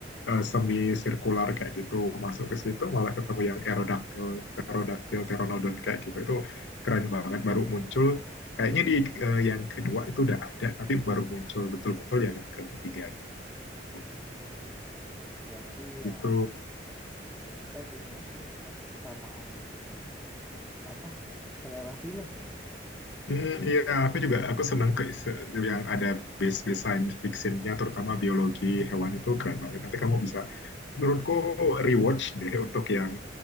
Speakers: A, on the left; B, in the centre.
A: eh, semi sirkular kayak gitu, masuk ke situ malah ketemu yang Aerodactyl, Pterodactyl, Pteranodon kayak gitu, itu keren banget, baru muncul, kayaknya di eh, yang kedua itu udah ada, tapi baru muncul betul-betul yang ke ketiganya gitu.
B: Iya. Berarti
A: Gitu.
B: ya kita punya ini ya Kak, kesamaan ini nih. apa selera film.
A: Hmm, iya, aku juga aku senang ke se- yang ada base-base science fictionnya, terutama biologi hewan itu keren banget. Nanti kamu bisa, menurutku rewatch deh untuk yang